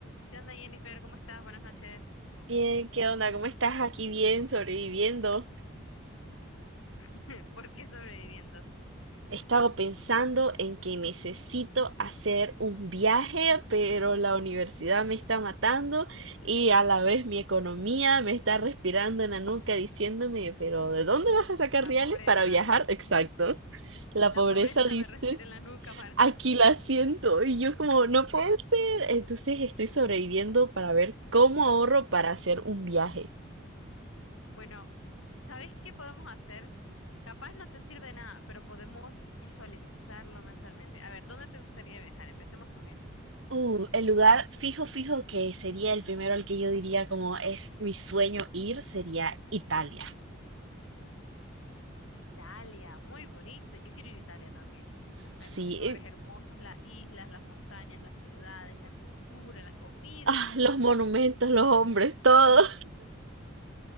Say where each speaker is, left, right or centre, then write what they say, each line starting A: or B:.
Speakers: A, on the left; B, on the right.
A: ¿Qué onda, Jennifer? ¿Cómo estás? Buenas noches.
B: Bien, ¿qué onda? ¿Cómo estás aquí bien sobreviviendo?
A: <laughs> ¿Por qué sobreviviendo?
B: He estado pensando en que necesito hacer un viaje, pero la universidad me está matando y a la vez mi economía me está respirando en la nuca diciéndome, pero ¿de dónde vas a sacar
A: La
B: reales
A: pobreza.
B: para viajar? Exacto. La
A: La
B: pobreza
A: pobreza
B: dice,
A: me respira en la nuca, Marce.
B: aquí la siento y yo como, no puede ser. Entonces estoy sobreviviendo para ver cómo ahorro para hacer un viaje.
A: Bueno, ¿sabes qué podemos hacer? Capaz no te sirve de nada, pero podemos visualizarlo mentalmente. A ver, ¿dónde te gustaría viajar? Empecemos con eso.
B: Uh, el lugar fijo, fijo que sería el primero al que yo diría como es mi sueño ir sería Italia.
A: Italia, muy bonito. Yo quiero ir a Italia también.
B: Sí,
A: Hay muchos lugares
B: eh,
A: hermosos, las islas, las montañas, las ciudades, la cultura, la comida.
B: ah, los monumentos, los hombres, todo.